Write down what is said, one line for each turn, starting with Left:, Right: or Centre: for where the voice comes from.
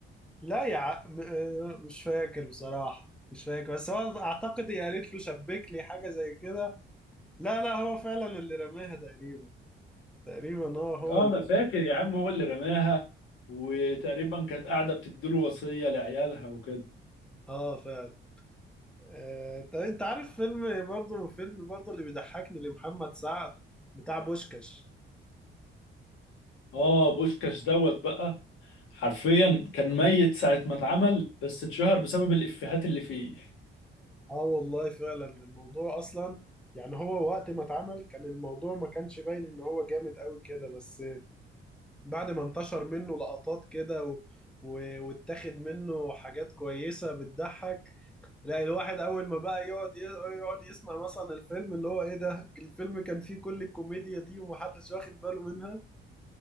Centre: لا يا ع... م- آه، مش فاكر بصراحة مش فاكر بس هو اعتقد هي قالت له شبك لي حاجة زي كده لا لا هو فعلا اللي رماها تقريبا تقريبا هو هو
Left: اه
Centre: اللي
Left: انا فاكر يا عم هو اللي رماها وتقريبا كانت قاعده بتديله وصيه لعيالها وكده
Centre: اه فعلا آه... طب انت عارف فيلم برضه فيلم برضه اللي بيضحكني لمحمد سعد بتاع بوشكاش
Left: اه بوشكاش دوت بقى حرفيا كان ميت ساعه ما اتعمل بس اتشهر بسبب الافيهات اللي فيه
Centre: اه والله فعلا الموضوع اصلا يعني هو وقت ما اتعمل كان الموضوع ما كانش باين ان هو جامد قوي كده بس بعد ما انتشر منه لقطات كده و... و... واتاخد منه حاجات كويسة بتضحك لا الواحد أول ما بقى يقعد ي... يقعد يسمع مثلا الفيلم اللي هو إيه ده الفيلم كان فيه كل الكوميديا دي ومحدش واخد باله منها